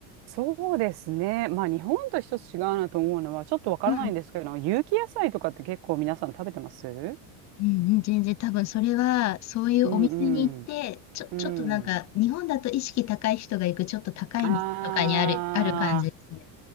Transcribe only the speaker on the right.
そうですね。まあ日本と一つ違うなと思うのはちょっとわからないんですけど、
有機野菜とかって結構皆さん食べてます
うんうん。
う
ん。
ああ、